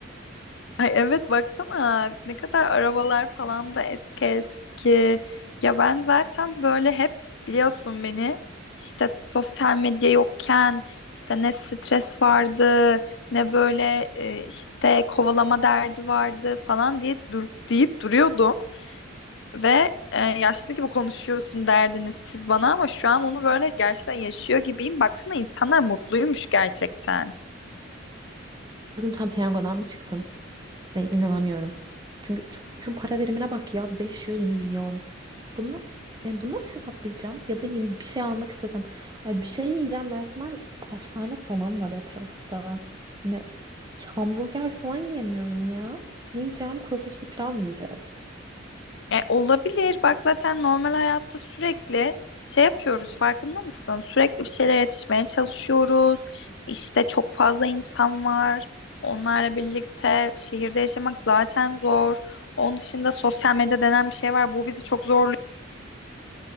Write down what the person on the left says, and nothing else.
Ay evet baksana ne kadar arabalar falan da eski eski. Ya ben zaten böyle hep biliyorsun beni işte sosyal medya yokken işte ne stres vardı ne böyle e, işte kovalama derdi vardı falan diye durup deyip duruyordum. Ve e, yaşlı gibi konuşuyorsun derdiniz siz bana ama şu an onu böyle gerçekten yaşıyor gibiyim. Baksana insanlar mutluymuş gerçekten.
E, olabilir. Bak zaten normal hayatta sürekli şey yapıyoruz. Farkında mısın? Sürekli bir şeylere yetişmeye çalışıyoruz. İşte çok fazla insan var. Onlarla birlikte şehirde yaşamak zaten zor. Onun dışında sosyal medya denen bir şey var. Bu bizi çok zorluyor.